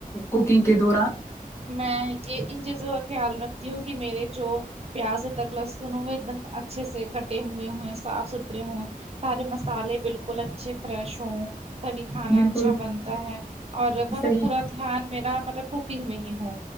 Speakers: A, on the left; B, on the right.
A: کوکنگ کے دوران
B: میں یہ ان چیزوں کا خیال رکھتی ہوں کہ میرے جو پیاز تک لہسن ہوئے ایک دم اچھے سے کٹے ہوئے ہو صاف ستھرے ہوں سارے مسالے بالکل اچھے فریش ہوں تبھی کھانا
A: بالکل
B: اچھا بنتا ہے اور مطلب
A: صحیح
B: پورا دھیان میرا مطلب کوکنگ میں ہی ہو